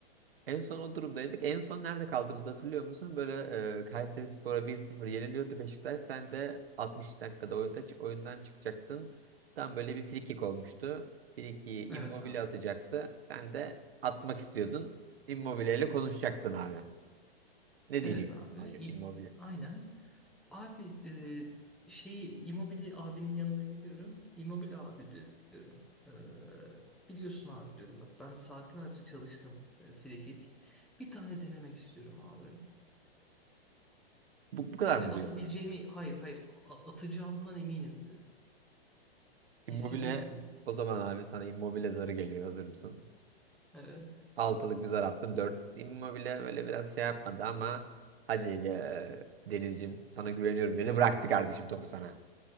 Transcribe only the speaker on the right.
En son o durumdaydık. En son nerede kaldığımızı hatırlıyor musun? Böyle e, Kayserispor'a 1-0 yeniliyordu Beşiktaş. Sen de 60 dakikada oyunda, oyundan çıkacaktın. Tam böyle bir frikik olmuştu. Frikiyi Immobile
atacaktı. Sen de atmak istiyordun. Immobile ile konuşacaktın abi. Ne
diyeceksin
Immobile?
Immobile.
Bu, bu kadar mı
diyorsun abi?
Immobile
o zaman abi sana Immobile zarı geliyor. Hazır mısın?
Altılık bir zar attım. 4 Immobile öyle biraz şey yapmadı ama hadi eee, Denizciğim sana güveniyorum dedi. Bıraktı kardeşim topu sana.